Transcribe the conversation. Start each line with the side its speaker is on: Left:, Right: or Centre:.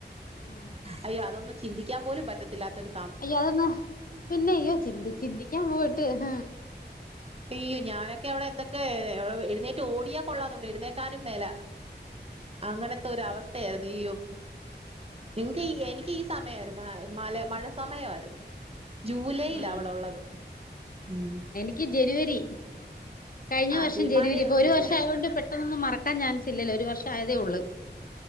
Left: ഉം
Right: അയ്യോ അതൊന്നും ചിന്തിക്കാൻ പോലും പറ്റത്തില്ലാത്ത ഒരു
Left: അയ്യോ അതൊന്നാ പിന്നെ അയ്യോ ചിന്ത ചിന്തിക്കാൻ പോയിട്ട് ഉം
Right: അയ്യോ ഞാനൊക്കെ അവിടെ എന്തൊക്കെ എഴുന്നേറ്റ് ഓടിയാ കൊള്ളാന്നുണ്ട് എഴുന്നേക്കാനും മേലാ അങ്ങനത്തെ ഒരു അവസ്ഥയായിരുന്നു ഈയോ എനിക്ക് ഈ എനിക്ക് ഈ സമയമായിരുന്നു മല മഴ സമയായിരുന്നു ജൂലൈയില
Left: ഉം
Right: അവള് ഉള്ളത് ഉം
Left: ക്ക് ജനുവരി കഴിഞ്ഞ
Right: ആ
Left: വർഷം
Right: ചേ
Left: ജനുവരി
Right: മഴയൊന്നുമില്ല
Left: ഇപ്പൊ ഒരു വർഷം ആയത് കൊണ്ട് പെ ട്ടൊന്നോന്നും മറക്കാൻ ചാൻസ് ഇല്ലലോ ഒരു വർഷം ആയതേ ഉള്ളൂ